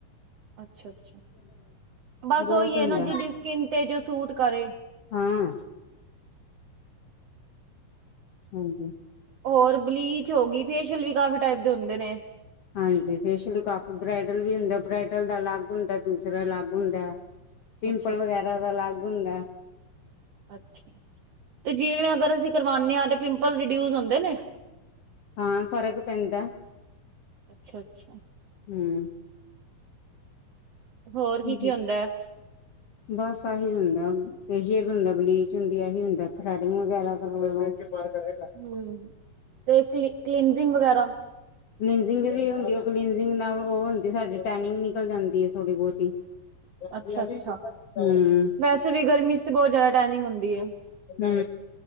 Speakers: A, on the right; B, on the left.
A: ਅੱਛਾ-ਅੱਛਾ ਬਸ
B: ਬਹੁਤ
A: ਉਹੀ
B: ਹੁੰਦਾ
A: ਹੈ ਨਾ ਜੀ ਡਿਸ ਕਿਨ ਤੇ ਜੋ ਸੂਟ ਕਰੇ।
B: ਹਾਂ ਹਾਂਜੀ।
A: ਹੋਰ ਬਲੀਚ ਹੋ ਗਈ, ਫੇਸ਼ੀਅਲ ਵੀ ਕਾਫ਼ੀ ਟਾਏਪ ਦੇ ਹੁੰਦੇ ਨੇ।
B: ਹਾਂਜੀ ਫੇਸ਼ਅਲ ਵੀ ਕਾਫੀ, ਬ੍ਰਈਡਲ ਵੀ ਹੁੰਦਾ, ਬ੍ਰਾਇਡਲ ਦਾ ਅਲੱਗ ਹੁੰਦਾ, ਦੂਸਰਾ ਅਲੱਗ ਹੁੰਦਾ ਐ। ਪਿੰਪਲ
A: ਅੱਛਾ ਅੱਛਾ
B: ਵਗੈਰਾ ਦਾ ਲਾਗ ਹੁੰਦਾ ਏ।
A: ਅਛਾ ਤੇ ਜਿਵੇਂ ਅਗਰ ਅਸੀਂ ਕਰਵਾਨੇ ਆਂ ਤੇ ਪਿੰਪਲ ਰਿਡਿਊਸ ਹੁੰਦੇ ਨੇ?
B: ਹਾਂ ਫ਼ਰਕ ਪੈਂਦਾ,
A: ਅੱਛਾ ਅੱਛਾ
B: ਹੂੰ।
A: ਹੋਰ ਕੀ
B: ਹੂੰ-ਹੂੰ।
A: ਕੀ ਹੁੰਦਾ ਹੈ?
B: ਬਸ ਆਹੀ ਹੁੰਦਾ, ਫੇਸ਼ੀਅਲ ਹੁੰਦਾ, ਬਲੀਚ ਹੁੰਦੀ, ਆਹੀ ਹੁੰਦਾ ਥਰੈਡਿੰਗ ਵਗੈਰਾ ਕਰਵਾ <unintelligible> ਤੇ ਪਾਠ ਕਰਿਆ ਕਰ।
A: ਹੂੰ ਤੇ ਕਲੀ-ਕਲੀਨਜਿੰਗ ਵਗੈਰਾ।
B: ਕਲੀਜਿੰਗ ਵੀ ਹੁੰਦੀ, ਉਹ ਕਲੀਨਜਿੰਗ ਨਾਲ ਉਹ ਹੁੰਦੀ, ਸਾਡੀ ਟੈਨਿੰਗ ਨਿਕਲ ਜਾਂਦੀ ਹੈ ਥੋੜੀ ਬਹੁਤੀ। <unintelligible>
A: ਅੱਛਾ ਅੱਛਾ
B: ਹੂੰ
A: ਵੈਸੇ ਵੀ ਗਰਮੀ ਚ ਬਹੁਤ ਜਿਆਦਾ ਟੈਨਿੰਗ ਹੁੰਦੀ ਐ।
B: ਹੂੰ,